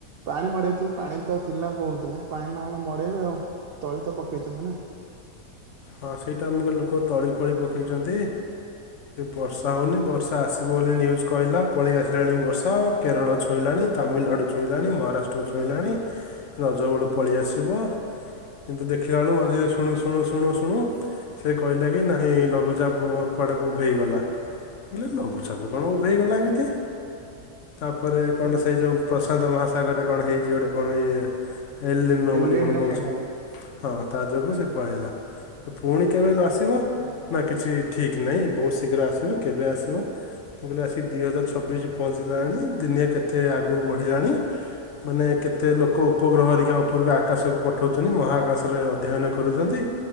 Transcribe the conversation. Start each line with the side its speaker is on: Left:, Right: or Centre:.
Right: ପାଣି ମଡେଇଥିଲି ପାଣି ତ ଥିଲା କହୁଥିଲେ, ପାଣି ନହେଲେ ମଡେଇବେ ଆଉ ତଳି ତ ପକେଇଛନ୍ତି ନା।
Left: ହଁ ସେଇଟା ଆମକୁ ଲୋକ ତଳି ଫଳି ପକେଇଛନ୍ତି, ବର୍ଷା ହେଉନି ବର୍ଷା ଆସିବ ବୋଲି ନ୍ୟୁଜ୍ କହିଲା, ପଳେଇ ଆସିଲାଣି ବର୍ଷା କେରଳ ଛୁଇଁଲାଣି, ତାମିଲନାଡ଼ୁ ଛୁଇଁଲାଣି, ମହାରାଷ୍ଟ୍ର ଛୁଇଁଲାଣି, ରଜଗୋଳ ପଳେଇ ଆସିବ କିନ୍ତୁ ଦେଖିଲା ବେଳୁ ମଝିରେ ଶୁଣୁ ଶୁଣୁ ଶୁ ଶ ଶୁଣୁ ସେ କହିଲା- କି ନାହିଁ ଲଘୁଚାପ କୁଆଡ଼େ ଉଭେଇଗଲାମୁଁ କହିଲି ଲଘୁଚାପ କଣ ଉଭେଇଗଲା ଏମିତି? ତାପରେ
Right: ସେ
Left: କଣ ସେଇ ଯଉ ପ୍ରସନ୍ତ ମହାସାଗରରେ କଣ ହେଇଛି? ଗୋଟେ କଣ ଇଏ ଏଲନୋ
Right: ଏଲିନ
Left: ବୋଲି କଣ କହୁଛନ୍ତି?
Right: ପ୍ରଭାବ
Left: ହଁ ତା ଯୋକୁ ସେ ପଳେଇଲା ପୁଣି କେବେ ଆସିବ ନା କିଛି ଠିକ୍ ନାହିଁ? ବହୁତ ଶୀଘ୍ର ଆସିବ କେବେ ଆସିବ? ମୁଁ କହିଲି ଆସିକି ଦୁଇ ହଜାର ଛବିଶ ପହଞ୍ଚିଲାଣି ଦୁନିଆ କେତେ ଆଗକୁ ବଢ଼ିଲାଣି ମାନେ କେତେ ଲୋକ ଉପଗ୍ରହରିକା ଉପରକୁ ଆକାଶକୁ ପଠଉଛନ୍ତି ମହାକାଶରେ ଅଧ୍ୟୟନ କରୁଛନ୍ତି।